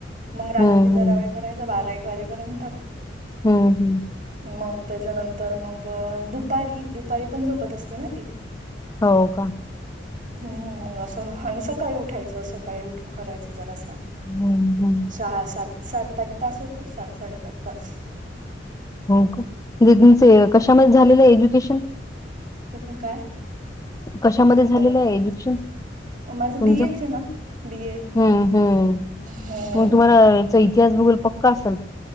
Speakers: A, on the right (about 45°); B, on the left (about 20°).
A: मग रात्री
B: हम्म
A: जरा वेळ करायचा बारा एक वाजेपर्यंत
B: हम्म हम्म हम्म
A: मग त्याच्यानंतर मग दुपारी दुपारी पण झोपत असते ना ती
B: हो का?
A: हम् मग असं आणि सकाळी उठायचं सकाळी उठून करायचं जरा असं.
B: हम्म हम्म
A: सहा सात सात एक तास होतो सात साडेसात तास
B: हो का म्हणजे तुम कशामध्ये झालेलं एज्युकेशन
A: कोण का?
B: कशामध्ये झालेलं
A: हो
B: आहे एज्युकेशन
A: माझं
B: तुमचं
A: बी ए च आहे ना बी ए
B: हम्म हम्म
A: हम्म
B: मग तुम्हाला याचा इतिहास बघल पक्का असेल.